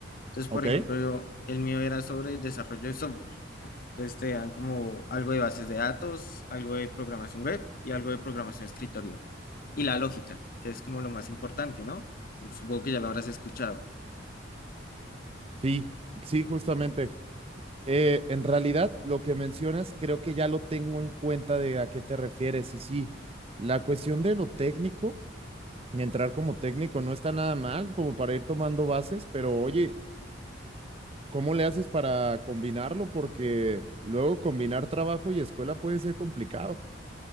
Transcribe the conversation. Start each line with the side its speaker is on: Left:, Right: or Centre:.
Left: Entonces,
Right: ¿ok?
Left: por ejemplo, yo- el mío era sobre el desarrollo de software. Entonces te dan como algo de bases de datos, algo de programación web y algo de programación de escritorio. Y la lógica, que es como lo más importante, ¿no? Supongo que ya lo habrás escuchado.
Right: Sí, sí, justamente. Eh, en realidad, lo que mencionas, creo que ya lo tengo en cuenta de a qué te refieres. Y sí, la cuestión de lo técnico, entrar como técnico no está nada mal, como para ir tomando bases, pero oye, ¿cómo le haces para combinarlo? Porque luego combinar trabajo y escuela puede ser complicado.